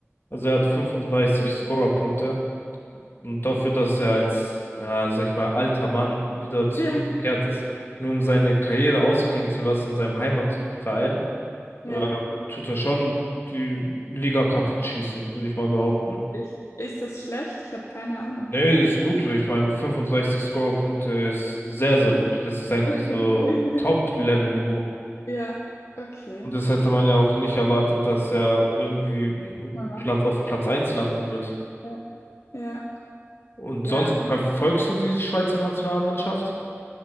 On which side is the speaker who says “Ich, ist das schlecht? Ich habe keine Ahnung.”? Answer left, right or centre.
Left